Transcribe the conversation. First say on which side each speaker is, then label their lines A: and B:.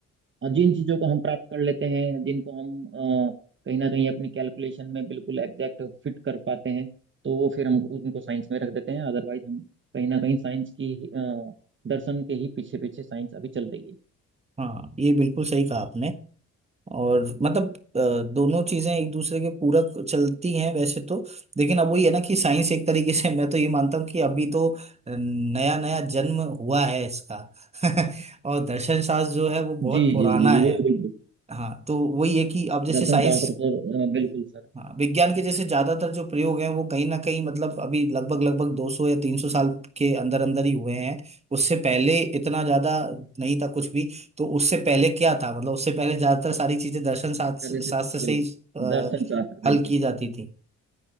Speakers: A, on the right; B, on the right.
A: अ, जिन चीजों को हम प्राप्त कर लेते हैं जिनको हम अ, कहीं ना कहीं अपनी कैलकुलेशन में बिल्कुल एग्जैक्ट फिट कर पाते हैं तो वो फिर हम उनको साइंस में रख देते हैं अदरवाइज हम कहीं ना कहीं साइंस की ही, अ, दर्शन के ही पीछे पीछे साइंस अभी चल रही है
B: हाँ ये बिल्कुल सही कहा आपने और मतलब अ, दोनों चीजें एक दूसरे के पूरक चलती हैं वैसे तो लेकिन अब वही है ना कि साइंस एक तरीके से मैं तो ये मानता हूँ कि अभी तो नया नया जन्म हुआ है इसका <laughs> और दर्शन शास्त्र जो है वो बहुत
A: जी
B: पुराना
A: जी जी जी
B: है
A: बिल्कुल बिल्कुल
B: हाँ तो वही है कि अब जैसे
A: दर्शन
B: साइंस
A: शास्त्र सर अ, बिल्कुल सर
B: हाँ विज्ञान के जैसे ज्यादातर जो प्रयोग हैं वो कहीं ना कहीं मतलब अभी लगभग लगभग 200 या 300 साल के अंदर अंदर ही हुए हैं उससे पहले इतना ज्यादा नहीं था कुछ भी तो उससे पहले क्या था मतलब उससे पहले ज्यादातर सारी चीजें दर्शन शास्त्र
A: पहले
B: शास्त्र
A: से
B: से
A: बिल्कुल
B: ही अ,
A: दर्शन शास्त्र बिल्कुल
B: हल की जाती थी